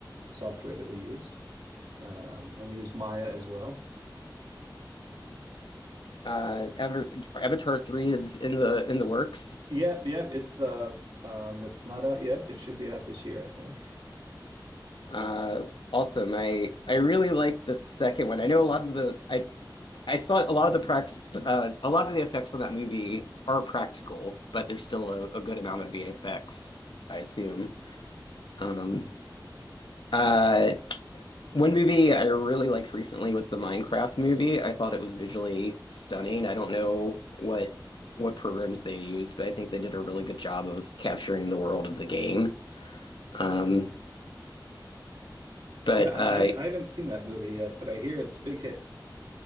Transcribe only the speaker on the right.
software that we used, um, and we used Maya as well.
Yeah, yeah. It's uh, um, it's not out yet. It should be out this year, I think.
Yeah, I,
I haven't I haven't seen that movie yet, but I hear it's a big hit.